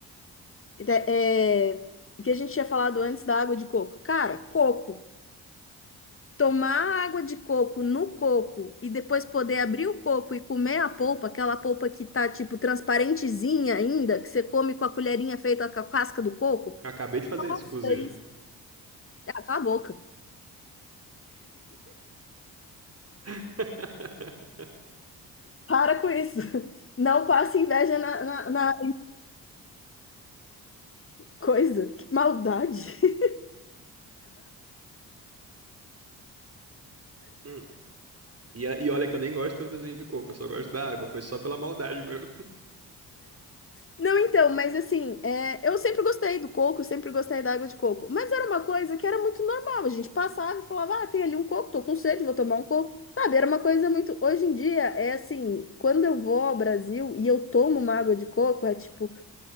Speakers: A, on the left (about 30°); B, on the right (about 35°).
A: É, é, que a gente tinha falado antes da água de coco. Cara, coco. Tomar água de coco no coco e depois poder abrir o coco e comer a polpa, aquela polpa que tá, tipo, transparentezinha ainda, que você come com a colherinha feita com a casca do coco.
B: Acabei de fazer
A: Nossa,
B: isso, inclusive.
A: isso. Ah, cala a boca.
B: <laughs>
A: Para com isso. <laughs> Não passe inveja na, na na coisa. Que maldade.
B: Hum. E, a- e olha que eu nem gosto tanto assim de coco, eu só gosto da água, foi só pela maldade mesmo.
A: Não, então, mas assim, é, eu sempre gostei do coco, sempre gostei da água de coco. Mas era uma coisa que era muito normal. A gente passava e falava, ah, tem ali um coco, tô com sede, vou tomar um coco. Sabe, era uma coisa muito. Hoje em dia, é assim, quando eu vou ao Brasil e eu tomo uma água de coco, é tipo,